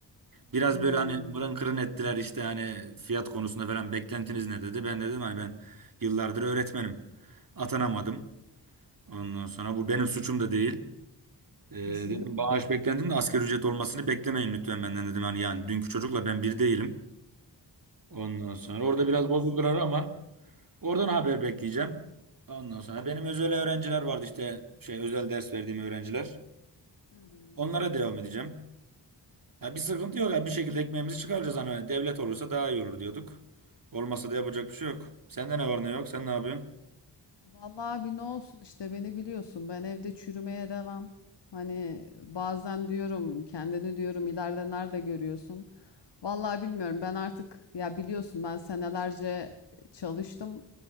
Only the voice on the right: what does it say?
Biraz
böyle hani mırın kırın ettiler işte hani fiyat konusunda falan beklentiniz ne dedi. Ben de dedim hani ben yıllardır öğretmenim. Atanamadım. Ondan sonra bu benim suçum da değil. E,
dedim bağış beklentim de asgari ücret olmasını beklemeyin lütfen benden dedim. Hani yani dünkü çocukla ben bir değilim. Ondan
sonra
orada
biraz
bozuldular ama oradan haber bekleyeceğim. Ondan sonra benim özel öğrenciler vardı işte şey özel ders verdiğim öğrenciler.
Onlara devam edeceğim. Ya bir sıkıntı yok ya bir şekilde ekmeğimizi çıkaracağız hani devlet olursa daha iyi olur diyorduk. Olmasa da yapacak bir şey yok. Sende ne var ne yok? Sen ne yapıyorsun?